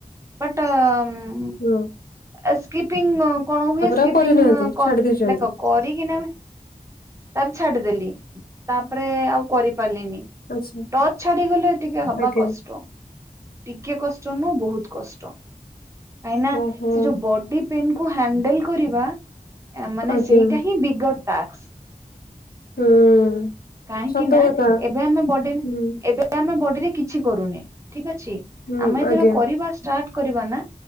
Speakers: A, on the right; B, on the left.
A: ବଟ୍ ଉଁ।
B: ହୁଁ।
A: ଏ ସ୍କିପିଂ କଣ ହୁଏ ସ୍କିପିଙ୍ଗ।
B: ଆଉ କରିନାହାନ୍ତି
A: କ
B: ଛାଡି ଦେଇଛନ୍ତି।
A: ଦେଖ କରିକିନା ତା ରେ ଛାଡିଦେଲି ତାପରେ ଆଉ କରି ପାରିଲିନି
B: ଆଚ୍ଛା
A: ଟଚ୍ ଛାଡିଗଲେ ଟିକେ ହବା
B: ଆଜ୍ଞା
A: କଷ୍ଟ। ଟିକେ କଷ୍ଟ ନୁହଁ ବହୁତ୍ କଷ୍ଟ କାଇନା
B: ଓହୋ
A: ସେ ଯୋଉ ବଡି। ପେନ୍ କୁ ହାଣ୍ଡଲ୍ କରିବା ମାନେ
B: ଆଜ୍ଞା
A: ସେଇଟା ହିଁ ବିଗର ଟାସ୍କ
B: ହୁଁ।
A: କାହିଁକି
B: ସତ
A: ନା
B: କଥା
A: ଏବେ ଆମେ ବଡି
B: ହୁଁ
A: ଏବେ ଆମେ ବଡିରେ କିଛି କରୁନେ ଠିକ ଅଛି।
B: ହୁଁ
A: ଆମେ ଏତେବେଳେ
B: ଆଜ୍ଞା
A: କରିବା ଷ୍ଟାର୍ଟ କରିବା ନା